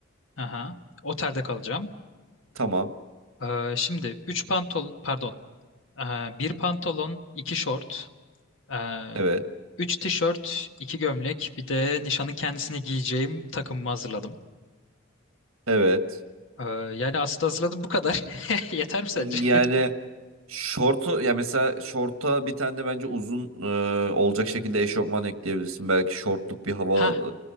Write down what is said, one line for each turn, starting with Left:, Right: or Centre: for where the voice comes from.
Left: Aha. Otelde kalacağım.
Right: Tamam.
Left: Ee, şimdi üç pantol pardon. Ee, bir pantolon, iki şort, ee,
Right: Evet.
Left: üç tişört, iki gömlek, bir de nişanın kendisine giyeceğim takımımı hazırladım.
Right: Evet.
Left: Ee, yani aslında hazırladım bu kadar. <laughs> Yeter mi sence?
Right: Yani
Left: <laughs>
Right: şortu ya mesela şorta bir tane de bence uzun e, olacak şekilde eşofman ekleyebilirsin. Belki şortluk bir hava
Left: Ha,